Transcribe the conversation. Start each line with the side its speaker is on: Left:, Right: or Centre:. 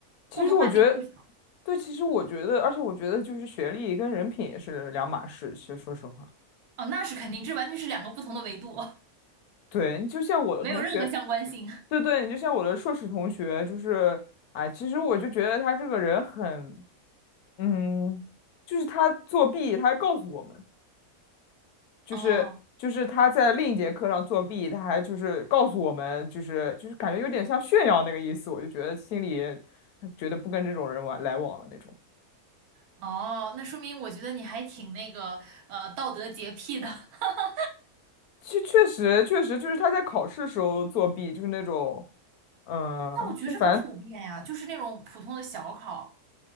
Left: 其实我觉得，
Right: 共同话题更少。
Left: 对，其实我觉得，而且我觉得，就是学历跟人品也是两码事。其实说实话，
Right: 哦，那是肯定，这完全是两个不同的维度，
Left: 对，你就像我的同学，
Right: <laughs> 没有任何相关性。
Left: 对对，你就像我的硕士同学，就是，哎，其实我就觉得他这个人很，嗯，就是他作弊，他还告诉我们。就是就是他在另一节课上作弊，
Right: 哦
Left: 他还就是告诉我们，就是就是感觉有点像炫耀那个意思，我就觉得心里觉得不跟这种人玩来往了那种。
Right: 哦，那说明我觉得你还挺那个呃道德洁癖的。<laughs>
Left: 其实确实确实就是他在考试时候作弊，就是那种嗯、
Right: 但我觉得这很普遍呀，
Left: 呃就反正
Right: 就是那种普通的小考，